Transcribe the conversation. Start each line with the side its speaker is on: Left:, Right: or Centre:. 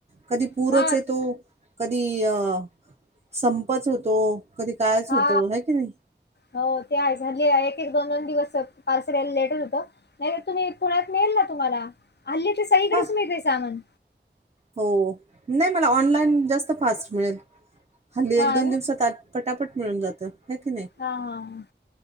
Right: कधी पूरच
Left: हा
Right: येतो. कधी अ संपच होतो. कधी काळच
Left: हा
Right: होत हाय की नाही.
Left: हो ते आहे झाली एक एक दोन दोन दिवस पार्सल यायला लेट होत नाही त तुम्ही पुण्यात मिळेल ना तुम्हाला. हल्ली ते सगळीकडेच
Right: हा
Left: मिळतय सामन.
Right: हो नाही पण ऑनलाईन जास्त फास्ट मिळेल हल्ली
Left: हा
Right: एक दोन
Left: ना
Right: दिवसात आ पटापट मिळून जात हाय की नाई.
Left: हा हा हा.